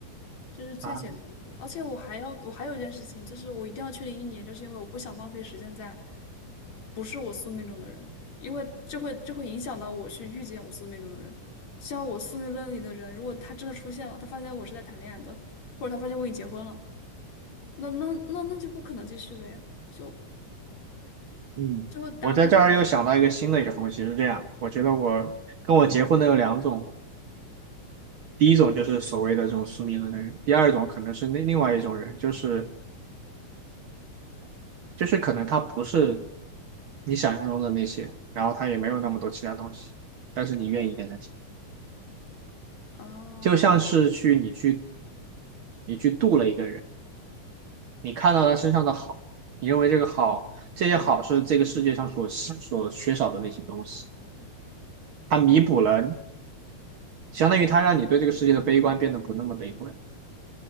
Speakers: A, on the left; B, on the right.
A: 这是最简单的。
B: 啊，
A: 而且我还要，我还有一件事情，就是我一定要确定一年，就是因为我不想浪费时间在不是我宿命中的人，因为这会这会影响到我去遇见我宿命中的人。像我宿命论里的人，如果他真的出现了，他发现我是在谈恋爱的，或者他发现我已经结婚了，那那那那就不可能继续了呀，就
B: 嗯，
A: 就会耽误着。
B: 我在这儿又想到一个新的一个东西，是这样，我觉得我跟我结婚的有两种，第一种就是所谓的这种宿命论的人，第二种可能是那另外一种人，就是就是可能他不是你想象中的那些，然后他也没有那么多其他东西，但是你愿意跟他结。
A: 哦
B: 就像是去你去你去度了一个人，你看到他身上的好，你认为这个好，这些好是这个世界上所所缺少的那些东西，它弥补了，相当于它让你对这个世界的悲观变得不那么悲观，